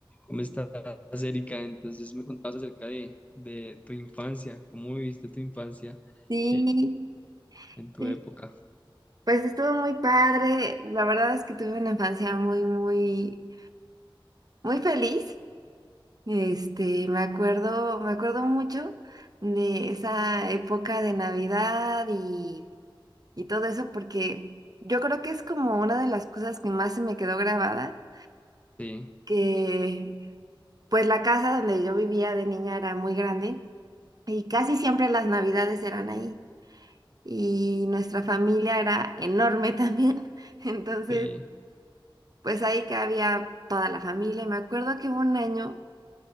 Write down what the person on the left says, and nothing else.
¿Cómo estás, Erika? Entonces me contabas acerca de, de tu infancia, cómo viviste tu infancia
en, en tu
época.
Sí,
sí,